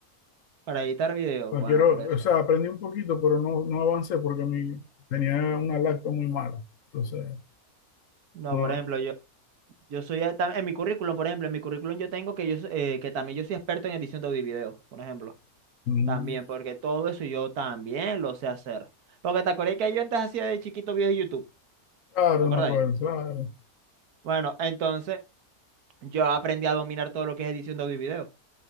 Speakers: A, on the right; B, on the left.
A: para editar videos,
B: Porque
A: bueno,
B: quiero,
A: por eso.
B: o sea, aprendí un poquito, pero no, no avancé porque mi, tenía una lacto muy mala. Entonces,
A: No,
B: no,
A: por ejemplo, yo... Yo soy, a- tam- en mi currículum, por ejemplo, en mi currículum yo tengo que yo, so- eh, que también yo soy experto en edición de audio y video, por ejemplo.
B: mm,
A: También, porque todo eso yo también lo sé hacer. Porque te acordás que yo antes hacía de chiquito videos de YouTube,
B: claro,
A: ¿te
B: no
A: acordáis?
B: me acuerdo, claro,
A: Bueno, entonces yo aprendí a dominar todo lo que es edición de audio y video.